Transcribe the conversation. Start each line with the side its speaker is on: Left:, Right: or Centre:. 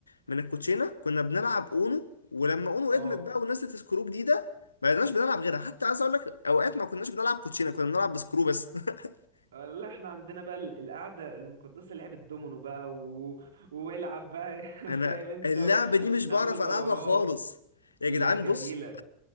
Left: من الكوتشينه كنا بنلعب اونو ولما اونو
Right: اه
Left: ادمت بقى ونزلت سكرو جديده ما بقيناش بنلعب غيرها حتى عايز اقول لك اوقات ما كناش بنلعب كوتشينه كنا بنلعب بسكرو بس <laughs>
Right: آه، لا احنا عندنا بقى ال- القعدة المقدسة لعبة دومينو بقى و... والعب بقى <laughs>
Left: انا
Right: فاهم انت
Left: اللعبه
Right: و...
Left: دي مش
Right: ونعمله
Left: بعرف
Right: دورات
Left: العبها خالص يا
Right: لا
Left: جدعان
Right: جميلة
Left: بص